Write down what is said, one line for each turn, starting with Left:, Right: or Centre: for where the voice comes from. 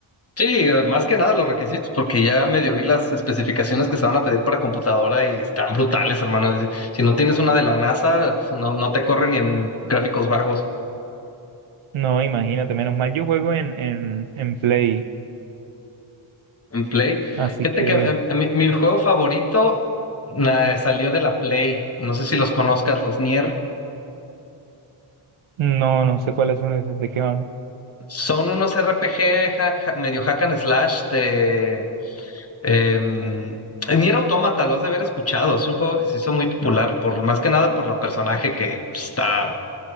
Left: Sí, eh, más que nada los requisitos, porque ya medio vi las especificaciones que se van a pedir para computadora y están brutales, hermano. Si si no tienes una de la NASA, no, no te corre ni en gráficos bajos.
Right: No, imagínate, menos mal yo juego en, en, en Play,
Left: En Play.
Right: así
Left: Fíjate
Right: que
Left: que em, em, mi, mi juego favorito na- salió de la Play. No sé si los conozcas, los Nier.
Right: no, no sé cuáles son esos, de qué van.
Left: Son unos RPG ja- ja- medio hack and slash de... em, Nier Automata, los has de haber escuchado. Es un juego que se hizo muy popular, por, más que nada por la personaje que pues, está...